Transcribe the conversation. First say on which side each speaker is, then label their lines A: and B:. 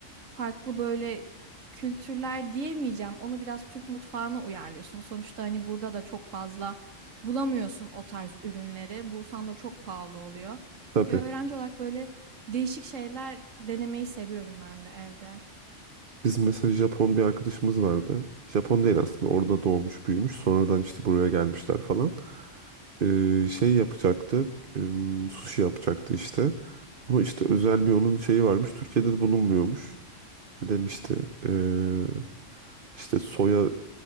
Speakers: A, on the right (about 80°); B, on the right (about 45°).
A: Farklı böyle kültürler diyemeyeceğim. Onu biraz Türk mutfağına uyarlıyorsun. Sonuçta hani burada da çok fazla bulamıyorsun o tarz ürünleri. Bulsan da çok pahalı oluyor.
B: Tabii.
A: Bir öğrenci olarak böyle değişik şeyler denemeyi seviyorum ben de evde.
B: Biz mesela Japon bir arkadaşımız vardı. Japon değil aslında orada doğmuş büyümüş sonradan işte buraya gelmişler falan. E, şey yapacaktı. e, sushi yapacaktı işte. Ama işte özel bir onun şeyi varmış. Türkiye'de de bulunmuyormuş. Ne demişti? Ee, işte soya